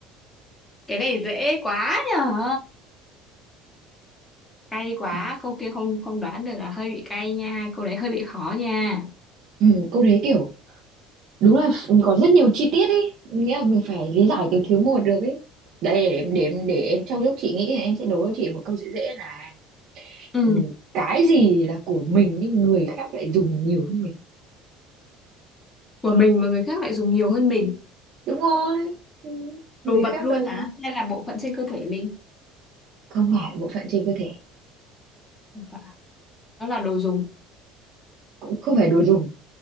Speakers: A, on the left; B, on the right.
A: Cái này dễ quá nhở. Cay quá,
B: Này,
A: câu kia không không đoán được là hơi bị cay nha, câu đấy hơi bị khó nha.
B: ừ, câu đấy kiểu đúng là ph- có rất nhiều chi tiết ấy nghĩa là mình phải lý giải từng thứ một được ấy đây để em để em để em trong lúc chị nghĩ là em sẽ đố cho chị một câu dễ dễ này
A: Ừ,
B: ừ, cái gì là của mình nhưng người khác lại dùng nhiều hơn mình
A: của mình mà người khác lại dùng nhiều hơn mình.
B: đúng rồi Ừ, người
A: Đồ vật
B: khác
A: luôn
B: ừ,
A: hả? Hay là bộ phận trên cơ thể mình?
B: không phải bộ phận trên cơ thể
A: Không phải, nó là đồ dùng.
B: cũng không phải đồ dùng